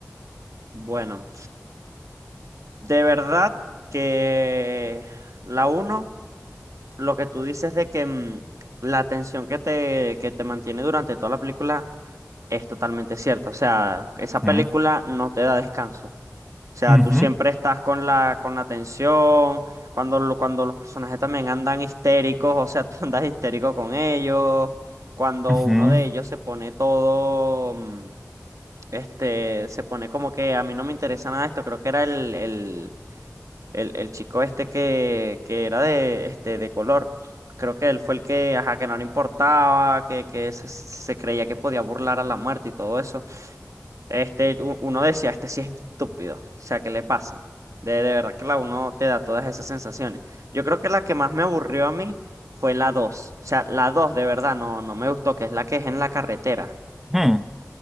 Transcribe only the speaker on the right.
Bueno, de verdad que la uno, lo que tú dices de que mm, la tensión que te, que te mantiene durante toda la película es totalmente cierta. O sea, esa película
no te da descanso. O sea,
tú siempre estás con la, con la tensión, cuando, lo- cuando los personajes también andan histéricos, o sea, <laughs> tú andas histérico con ellos, cuando
uno de ellos se pone todo, mm, este, se pone como que a mí no me interesa nada esto, creo que era el, el, el, el chico este que, que era de, este, de color. Creo que él fue el que, ajá, que no le importaba, que, que se, se creía que podía burlar a la muerte y todo eso. Este, u- uno decía, este sí es estúpido. O sea, ¿qué le pasa? De, de verdad que la uno te da todas esas sensaciones. Yo creo que la que más me aburrió a mí fue la dos O sea, la 2 de verdad no, no me gustó, que es la que es en la carretera,